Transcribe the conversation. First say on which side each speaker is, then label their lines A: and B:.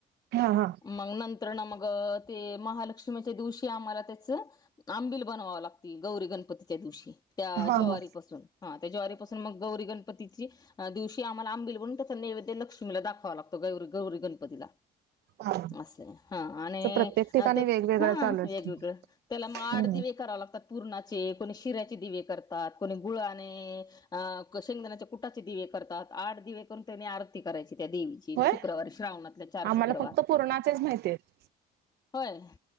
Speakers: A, on the right (about 75°); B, on the left (about 25°).
A: हा हा
B: मग नंतर ना मग ते महालक्ष्मी च्या दिवशी आम्हाला त्याच आंबिल बनवाव लागत गौरी गणपतीच्या दिवशी त्या
A: हा
B: ज्वारीपासून
A: हा
B: हा त्या ज्वारीपासून मग गौरी गणपती दिवशी आम्हालांबिल बणून त्याचा नैवेद्य लक्ष्मीला दाखवा लागतो गौरी गौरी गणपतीला
A: हा.
B: आस आहे आणि
A: च प्रत्येक ठिकाणी
B: ते
A: वेगवेगळं
B: हा
A: चालू
B: वेगवेगळं
A: असतं.
B: त्याला मग आठ
A: हम्म
B: दिवे कराव लागतात. पूरणाचे कोणी शिऱ्याचे दिवे करतात कोणी गुळाने अ शेंगदाण्याच्या कुटाचे दिवे करतात आठ दिवे करून त्यांनी आरती करायची त्या देवीची
A: होय
B: शुक्रवार श्रावणातल्या चार
A: आम्हाला
B: शुक्रवार
A: फक्त पूर्णाचेच माहिती आहेत.
B: होय